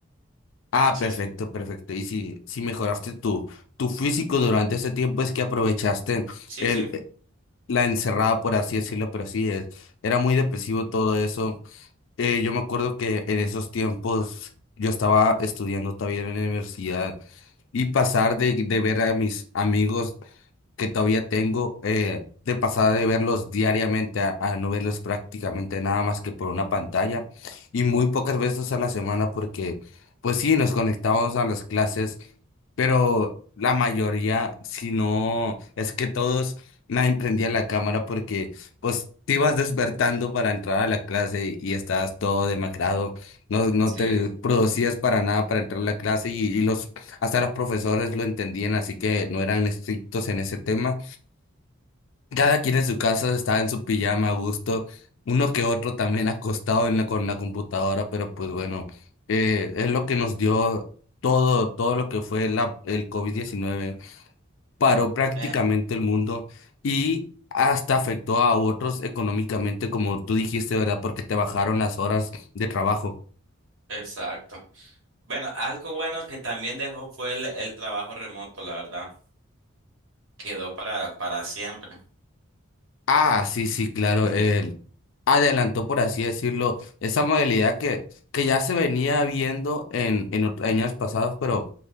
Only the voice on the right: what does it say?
Sí,
sí.
Sí,
sí.
Sí.
Eh,
exacto. Bueno, algo bueno que también dejó fue el, el trabajo remoto, la verdad. Quedó para, para siempre.
Sí.